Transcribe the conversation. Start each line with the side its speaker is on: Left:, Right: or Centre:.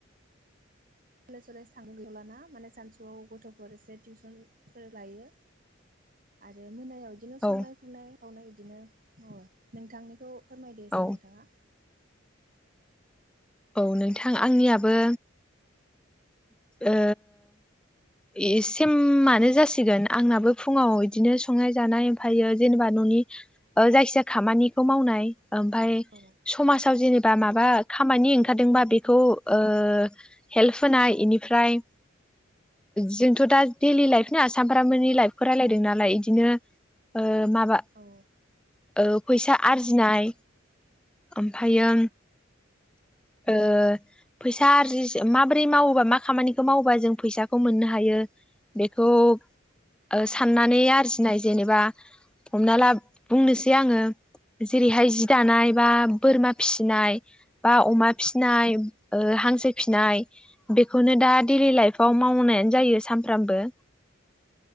Right: कलेज-सलेज थांथ'लाना माने सानसुआव गथ'फोर एसे टिउसन फोर लायो आरो मोनायाव बिदिनो
Centre: औ
Right: संनाय खुरनाय खावनो इदिनो नोंथांनिखौ फोरमायदो एसे
Centre: औ
Right: नोंथाङा
Centre: औ नोंथां आंनियाबो ओ ए सेम मानो जासिगोन आंनाबो फुङाव इदिनो संनाय जानाय ओमफ्रायो जेनेबा न'नि ओ जायखिजाया खामानिखौ मावनाय ओमफाय
Right: औ
Centre: समाजाव जेने बा बामा खामानि ओंखारदोंबा बेखौ ओ हेल्फ होनाय इनिफ्राय जोंथ' दा दैलि लाइफ ना सामफ्रामबोनि लाइफखौ रायलायदों नालाय इदिनो ओ माबा
Right: औ
Centre: ओ फैसा आरजिनाय ओमफायो
Right: औ
Centre: ओ फैसा आरजि माबायदि बोरै मावोबा, मा खामानिखौ मावोबा जों फैसाखौ मोननो हायो बेखौ
Right: औ
Centre: ओ साननानै आरजिनाय जेनेबा हमना ला बुंनोसै आङो जेरैहाय जि दानाय बा बोरमा फिनाय बा अमा फिनाय ओ हांसो फिनाय बेखौनो दा दैलि लाइफव मावनायानो जायो सानफ्रामबो